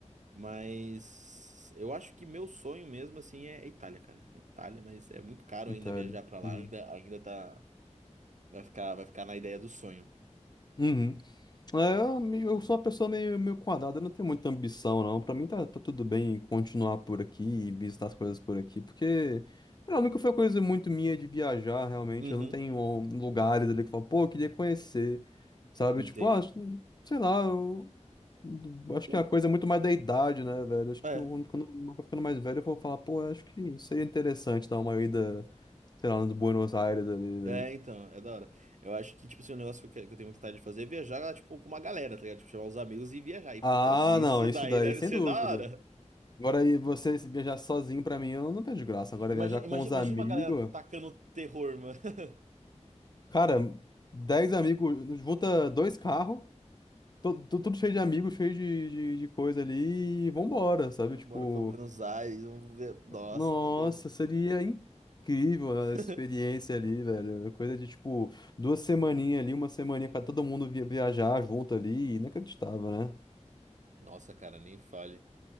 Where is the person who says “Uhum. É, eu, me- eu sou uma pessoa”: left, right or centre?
Left